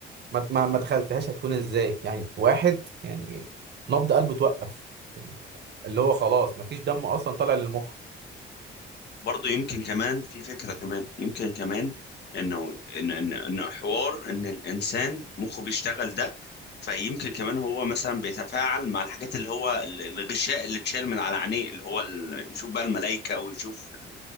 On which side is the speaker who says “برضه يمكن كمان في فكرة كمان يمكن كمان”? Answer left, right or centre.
Left